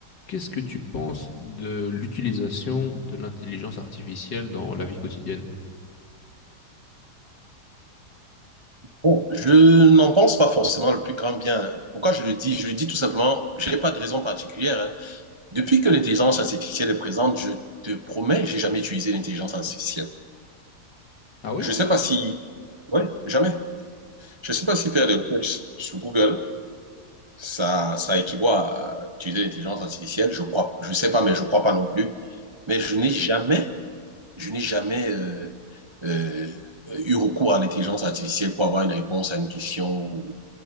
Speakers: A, on the left (about 85°); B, on the right (about 35°).
A: Qu'est-ce que tu penses de l'utilisation de l'intelligence artificielle dans la vie quotidienne?
B: Bon, je n'en pense pas forcément le plus grand bien. Pourquoi je le dis? Je le dis tout simplement, je n'ai pas de raison particulière. hein. Depuis que l'intelligence artificielle est présente, je te promets, j'ai jamais utilisé l'intelligence artificielle.
A: Ah ouais?
B: Je sais pas si, ouais, jamais. Je sais pas si faire des recherches sur Google, ça, ça équivaut à utiliser l'intelligence artificielle. Je crois, je sais pas, mais je crois pas non plus. Mais je n'ai jamais, je n'ai jamais euh, euh, eu recours à l'intelligence artificielle pour avoir une réponse à une question ou